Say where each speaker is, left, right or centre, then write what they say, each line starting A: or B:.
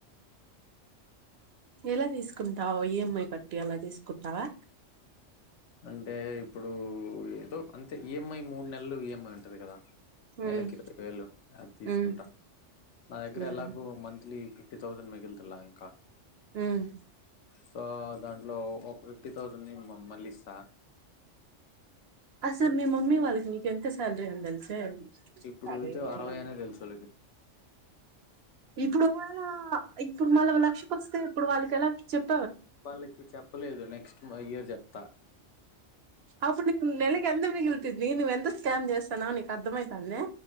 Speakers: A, on the right; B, on the left.
A: ఎలా తీసుకుంటావా ఈఎంఐ కట్టి అలా తీసుకుంటావా
B: అంటే ఇప్పుడు ఏదో అంటే ఈఎంఐ మూడు నెలలు ఈఎంఐ ఉంటది కదా
A: ఉమ్
B: నెలకి ఇరవై వేలు అది తీసుకుంటా
A: ఉమ్
B: నా దగ్గర
A: ఉమ్
B: ఎలాగో మంత్లీ ఫిఫ్టీ థౌసండ్ మగిల్తల ఇంకా
A: ఉమ్
B: స దాంట్లో ఒక ఫిఫ్టీ థౌసండ్ంది మమ్మల్లి ఇసా
A: అసలు మీ మమ్మీ వాళ్ళకి నీకు ఎంత శాలరీ ఉందలు స
B: ఇప్పుడు
A: అదేనా
B: అయితే అరవై అనే తెలుసు వాళ్ళకి
A: ఇప్పుడు ఇవనా ఇప్పుడు మళ్ళ లక్ష్యకి వస్తే ఇప్పుడు వాళ్ళకి ఎలా చెప్
B: వాళ్ళకి చెప్పలేదు నెక్స్ట్ ఇయర్ చెప్తా
A: అప్పుడు న్వు నెలకి ఎంత మిగులుతుంది నువ్వెంత స్కామ్ చేస్తానో నీకు అర్థమవుతుాందిే